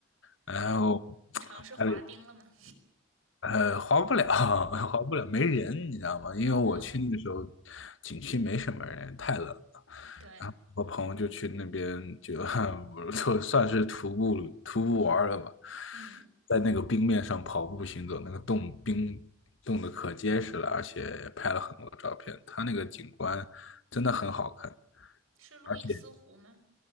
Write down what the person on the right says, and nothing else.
嗯，你尝试滑冰了吗？
嗯。
对，
嗯，
是路易斯湖吗？